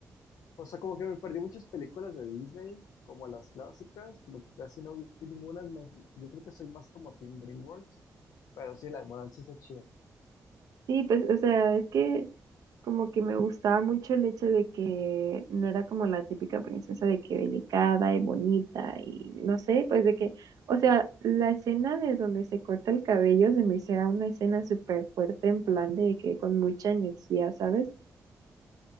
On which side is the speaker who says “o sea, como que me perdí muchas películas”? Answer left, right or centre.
Left